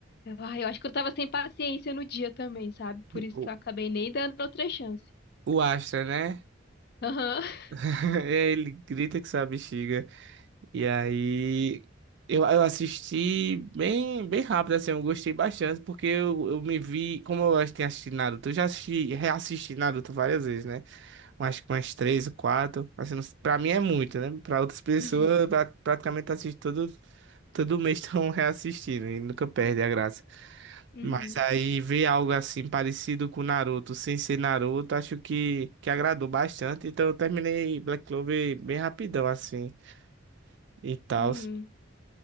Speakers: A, on the left (about 55°); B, on the right (about 60°).
A: Ah, eu acho que eu tava sem paciência no dia também, sabe? Por isso
B: O,
A: que eu acabei nem dando outra chance.
B: o Astra, né?
A: Aham. <laughs>
B: <laughs> Ele grita que sua bexiga. E aí eu, eu assisti bem, bem rápido, assim, eu gostei bastante, porque eu, eu me vi, como eu acho que tinha assistido Naruto, eu já assisti, reassisti Naruto várias vezes, né? Eu Acho que umas três ou quatro. Assim, não- pra mim é muito, né? Pra outras pessoas,
A: Uhum.
B: eu pra, praticamente assisto todo, todo mês <laughs> estão reassistindo e nunca perde a graça.
A: Uhum.
B: Mas aí ver algo assim parecido com Naruto, sem ser Naruto, acho que, que agradou bastante. Então eu terminei Black Clover bem rapidão, assim, e tal.
A: Uhum.